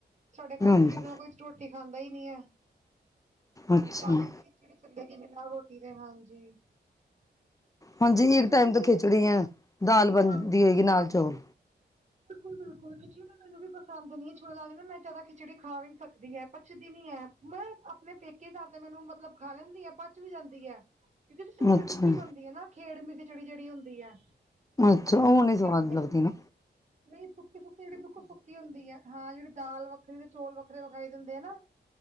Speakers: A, on the right (about 40°); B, on the left (about 20°).
A: ਸਾਡੇ ਘਰ
B: ਹਾਂਜੀ
A: ਖਿਚ ਨਾਲ ਕੋਈ ਰੋਟੀ ਖਾਂਦਾ ਹੀ ਨੀ ਹੈ,
B: ਅੱਛਾ
A: ਸਾਰੇ ਖਿ ਖਿਚੜੀ ਚੱਲੇਗੀ ਬਿਨਾਂ ਰੋਟੀ ਦੇ ਹਾਂਜੀ।
B: ਹਾਂਜੀ
A: ਖਿਚੜੀ
B: ਇੱਕ ਟਾਈਮ ਤੋਂ
A: ਤੇ
B: ਖਿੱਚੜੀ ਆ ਦਾਲ
A: ਬਿਲਕੁਲ
B: ਬਣਦੀ ਹੋਏਗੀ ਨਾਲ ਚੌਲ।
A: ਬਿਲਕੁਲ-ਬਿਲਕੁਲ ਖਿਚੜੀ ਤਾਂ ਮੈਨੂੰ ਵੀ ਪਸੰਦ ਨੀ ਛੋਲ ਦੀ ਮੈਂ ਜਿਆਦਾ ਖਿਚੜੀ ਖਾ ਵੀ ਨੀ ਸਕਦੀ ਹੈ ਪੱੱਚਦੀ ਨੀ ਹੈ। ਮੈਂ ਆਪਨੇ ਪੇਕੇ ਘਰ ਤੇ ਮੈਨੂੰ ਮਤਲਬ ਖਾ ਲੈਂਦੀ ਆ ਪਚ ਵੀ ਜਾਂਦੀ ਆ। ਕਿਉਂਕਿ ਸੁੱਕੀ-ਸੁੱਕੀ
B: ਅੱਛਾ
A: ਬੰਨਦੀ ਆ ਖੇਡਵੀ ਖਿਚੜੀ ਜਿਹੜੀ ਹੁੰਦੀ ਹੈ।
B: ਅੱਛਾ ਉਹ ਨਹੀਂ ਸਵਾਦ
A: ਇੱਥੇ
B: ਲੱਗਦੀ ਨਾ।
A: ਨਹੀਂ ਸੁੱਕੀ-ਸੁੱਕੀ ਜਿਹੜੀ ਬਿਲਕੁਲ ਸੁੱਕੀ ਹੁੰਦੀ ਹੈ ਹਾਂ ਜਿਹੜੀ ਦਾਲ ਵੱਖਰੀ ਤੇ ਚੋਲ ਵੱਖਰੇ ਵਿਖਾਈ ਦਿੰਦੇ ਆ ਨਾ।